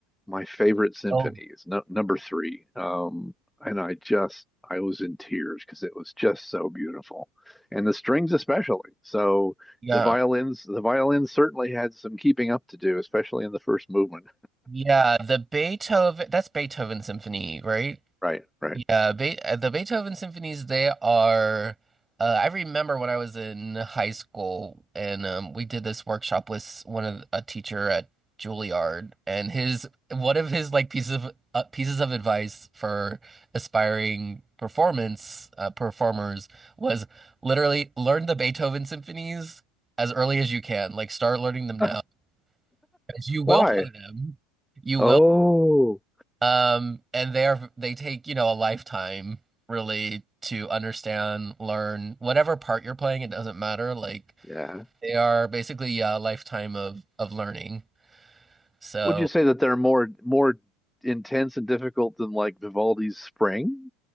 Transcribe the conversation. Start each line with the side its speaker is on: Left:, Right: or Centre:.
Centre: my favorite symphonies,
Right: Oh,
Centre: no, number three. Um, and I just, I was in tears because it was just so beautiful. And the strings, especially. So
Right: yeah.
Centre: the violins, the violins certainly had some keeping up to do, especially in the first movement.
Right: Yeah, the Beethoven, that's Beethoven Symphony, right?
Centre: Right, right.
Right: Yeah, Be uh, the Beethoven symphonies, they are uh, I remember when I was in high school and um, we did this workshop with s- one of a teacher at Juilliard and his one of his like pieces of uh, pieces of advice for aspiring performance uh, performers was literally learn the Beethoven symphonies as early as you can. Like start learning them now,
Centre: <laughs>
Right: now 'cause you will
Centre: Why?
Right: play them. You will
Centre: Oh,
Right: um, and they're they take, you know, a lifetime really to understand, learn whatever part you're playing, it doesn't matter. Like
Centre: yeah.
Right: they are basically yeah, a lifetime of of learning. So,
Centre: Would you say that they're more more intense and difficult than like Vivaldi's Spring?